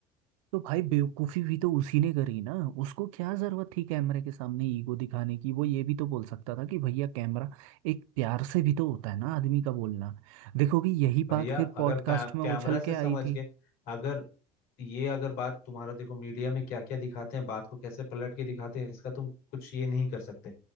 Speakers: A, on the right; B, on the left.
A: तो भाई बेवकूफी भी तो उसी ने करी ना उसको क्या जरूरत थी कैमरे के सामने ईगो दिखाने की वो ये भी तो बोल सकता था कि भैया कैमरा एक प्यार से भी तो होता है ना आदमी का बोलना देखो कि यही
B: भैया
A: बात फिर पॉडकास्ट
B: अगर पै-
A: में
B: कैमरा
A: उछल
B: से
A: के आई
B: समझ
A: थी
B: गए अगर ये अगर बात तुम्हारा देखो मीडिया में क्या क्या दिखाते हैं बात को कैसे पलट के दिखाते हैं इसका तुम कुछ ये नहीं कर सकते